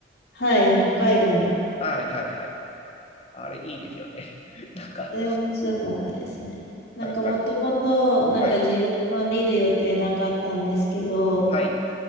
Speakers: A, on the left; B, on the left.
A: はい。北海道の。
B: はいはいはい。あれいいですよね。<laughs> なんか、
A: えー、面白かったですね。なんかもともと、
B: 何ですか
A: なんか自分は見る予定なかったんですけど、
B: はい、はい、